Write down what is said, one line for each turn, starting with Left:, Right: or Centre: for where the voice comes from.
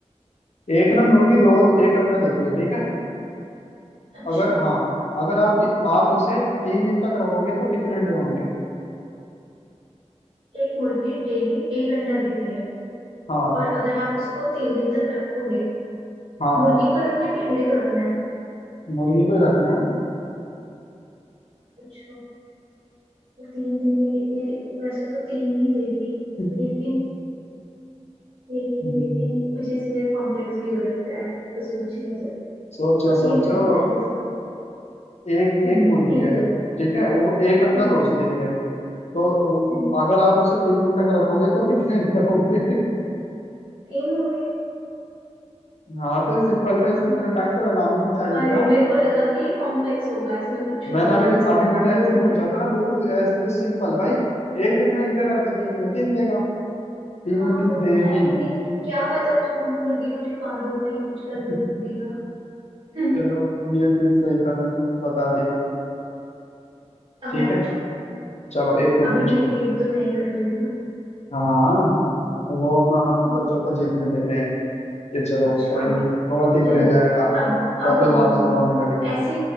Left: एक ना मुर्गी रोज एक अंडा देती है ठीक है
Right: अच्छा
Left: अगर हाँ अगर आप आप इसे तीन दिन तक रखोगे तो कितने अंडे होंगे
Right: एक मुर्गी डेली एक अंडा देती है
Left: हाँ
Right: और अगर आप उसको तीन दिन तक रखोगे
Left: हाँ
Right: मुर्गी को रखना है कि अंडे को रखना है
Left: मुर्गी को ही रखना
Right: अच्छा तो तीन दिन में कितने दे... वैसे तो तीन ही देगी
Left: है
Right: लेकिन लेकिन
Left: <laughs>
Right: लेकिन कुछ इसमें कॉम्प्लेक्स भी हो सकता है तो सोचने दो
Left: सोचो
Right: तुम
Left: सोचो
Right: हिंट दो पहले तो
Left: एक
Right: हम्म
Left: एक मुर्गी
Right: हिंट
Left: है
Right: दो।
Left: ठीक है वो एक अंडा
Right: हम्म
Left: रोज दे रही है तो
Right: हम्म,
Left: अगर आप उसे तीन दिन तक रखोगे तो कितने अंडे होंगे
Right: तीन होंगे
Left: <laughs> हाँ तो ये सिंपल था इसमें
Right: तीन
Left: इतना टाइम तो लगाना ही नहीं चाहिए
Right: अरे
Left: था
Right: मेरे को लगा कि ये कॉम्प्लेक्स होगा इसमें कुछ छुपा
Left: मैंने
Right: हुआ
Left: अभी
Right: आंसर
Left: अभी
Right: होगा
Left: मैंने
Right: मैं
Left: ऐसे
Right: वो
Left: ही
Right: ढूंढ
Left: पूछा
Right: रही
Left: था
Right: थी
Left: ना बिल्कुल ऐसे भी सिंपल भाई एक दिन में एक दे रहा है तो तीन में तीन देगा तीन
Right: हाँ
Left: में तीन
Right: वो
Left: देगी
Right: तो है लेकिन क्या पता तुम मुर्गी को छुपा दो कहीं कुछ कर
Left: <laughs>
Right: दो मुर्गी का <laughs> हम्म
Left: चलो ये भी सही था तुमने बता दिया
Right: अब
Left: ठीक
Right: मैं
Left: है
Right: पूछूं
Left: चलो एक तुम
Right: अभी
Left: पूछो
Right: भी लीड तो मैं ही कर रही हूँ ना
Left: हाँ वो म- हम
Right: देख-
Left: बच्चों को जीतने देते हैं ये चलो
Right: अच्छा
Left: कोई नहीं थोड़ा दिल
Right: चलो
Left: रह जाएगा
Right: अब अब
Left: कभी
Right: आओ
Left: रात
Right: तुम
Left: को रोने लगे
Right: ऐसी